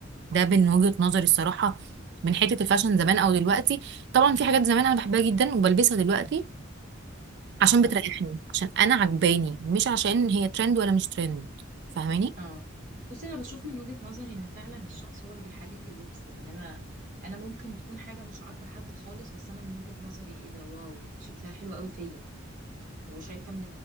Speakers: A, on the right (about 55°); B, on the right (about 40°).
A: ده من وجهة نظري الصراحة من حتة الفاشن زمان او دلوقتي طبعا في حاجات زمان انا بحبها جدا وبلبسها دلوقتي عشان بتريحني
B: صح
A: عشان انا عجباني مش عشان هي ترند ولا مش ترند فاهماني
B: اه بصي انا بشوف من وجهة نظري ان فعلا الشخص هو اللي بيحلل اللبس يعني انا انا ممكن تكون حاجه مش عاجبه حد خالص بس انا من وجهة نظري ايه ده واو دي شكلها حلو قوي فيا وشايفه ان